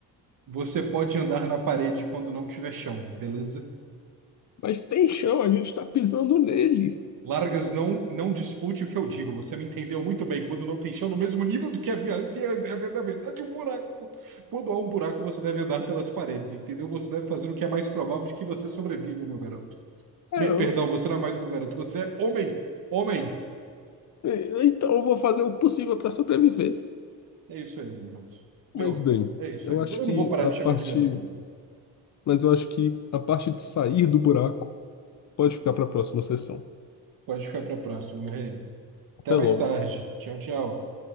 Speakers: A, on the right; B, on the left.
A: Você pode andar na parede quando não tiver chão, beleza?
B: Mas tem chão, a gente tá pisando nele.
A: Largas, não, não dispute o que eu digo. Você me entendeu muito bem. Quando não tem chão, no mesmo nível do que havia antes, é é a verdade é de um buraco. Quando há um buraco, você deve andar pelas paredes, entendeu? Você deve fazer o que é mais provável de que você sobreviva, meu garoto.
B: É,
A: Me- perdão,
B: eu...
A: você não é mais um garoto, você é homem. Homem.
B: é, Então eu vou fazer o possível pra sobreviver.
A: É isso aí, meu garoto. Meu,
B: Mas bem,
A: é isso
B: eu
A: aí. Eu
B: acho que
A: não vou parar
B: a
A: de
B: parte.
A: chamar de garoto.
B: mas eu acho que a parte de sair do buraco pode ficar para a próxima sessão.
A: Pode ficar para a próxima, meu rei.
B: Até
A: Até mais
B: logo.
A: tarde. Tchau, tchau.